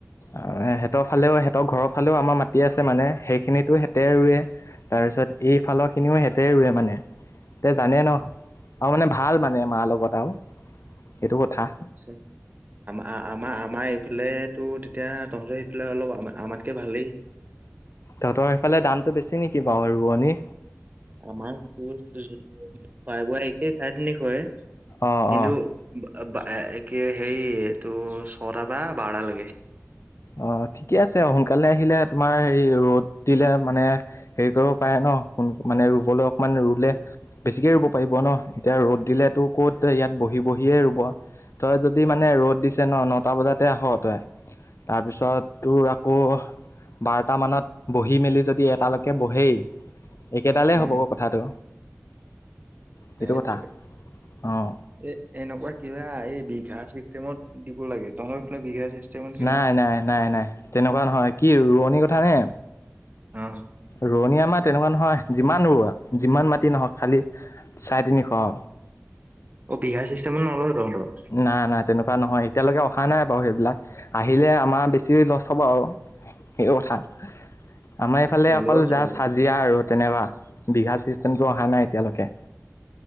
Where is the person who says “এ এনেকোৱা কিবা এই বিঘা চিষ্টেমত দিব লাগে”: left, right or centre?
Right